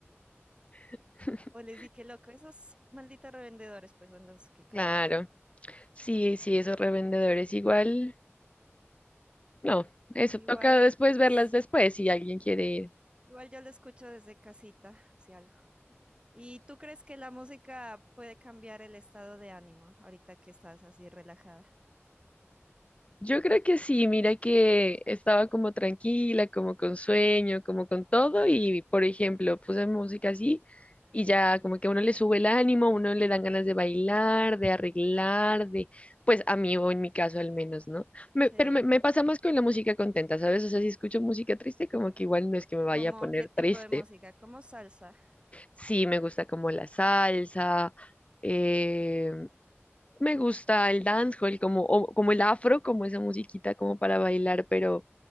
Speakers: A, on the left; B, on the right.
A: <laughs>
B: O les di que loco, esos malditos revendedores, pues son los que cagan
A: Claro,
B: todo.
A: sí, sí, esos revendedores igual. No, eso
B: Igual,
A: toca después
B: pues,
A: verlas después si alguien quiere ir.
B: igual yo lo escucho desde casita, si algo. ¿Y tú crees que la música puede cambiar el estado de ánimo ahorita que estás así relajada?
A: Yo creo que sí, mira que estaba como tranquila, como con sueño, como con todo y por ejemplo puse música así y ya como que a uno le sube el ánimo, a uno le dan ganas de bailar, de arreglar, de pues a mí o en mi caso al menos, ¿no? Me-
B: Sí.
A: pero me, me pasa más con la música contenta, ¿sabes? O sea, si escucho música triste como que igual no es que me vaya
B: ¿Cómo
A: a poner
B: qué tipo
A: triste.
B: de música? ¿Como salsa?
A: Sí, me gusta como la salsa. eh, me gusta el dancehall, como, o- como el afro, como esa musiquita como para bailar, pero,